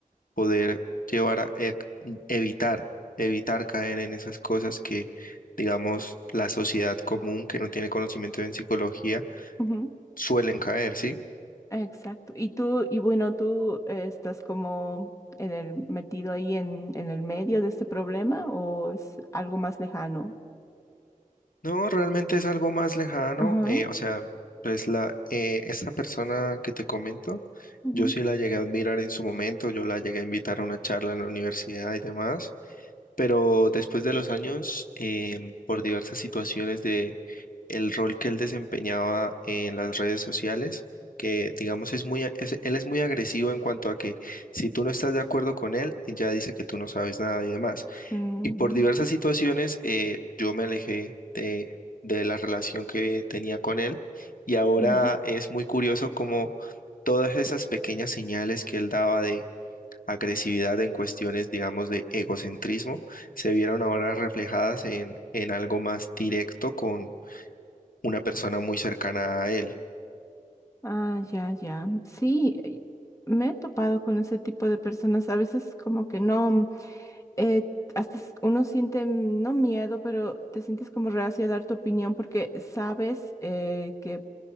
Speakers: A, on the left; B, on the left.
A: poder llevar a e- evitar, evitar caer en esas cosas que, digamos, la sociedad común que no tiene conocimiento en psicología
B: ujú,
A: suelen caer, ¿sí?
B: Exacto. Y tú, y bueno, tú eh, estás como en el, metido ahí en, en el medio de este problema o es algo más lejano?
A: No, realmente es algo más lejano,
B: Ajá.
A: eh, o sea, pues la, eh, esa persona que te comento,
B: ujú,
A: yo sí la llegué a admirar en su momento, yo la llegué a invitar a una charla en la universidad y demás pero después de los años, em, por diversas situaciones de el rol que él desempeñaba en las redes sociales, que digamos es muy, a- es- él es muy agresivo en cuanto a que si tú no estás de acuerdo con él, ya dice que tú no sabes nada y demás.
B: mm,
A: Y por diversas situaciones, eh, yo me alejé de, de la relación que tenía con él y ahora
B: ujú.
A: es muy curioso como todas esas pequeñas señales que él daba agresividad, en cuestiones, digamos, de egocentrismo, se vieron ahora reflejadas en, en algo más directo con una persona muy cercana a él.
B: Ah, ya, ya. Sí, eh, me he topado con ese tipo de personas. A veces como que no. eh, hasta s- uno siente, mm, no miedo, pero te sientes como reacio a dar tu opinión porque sabes eh, que,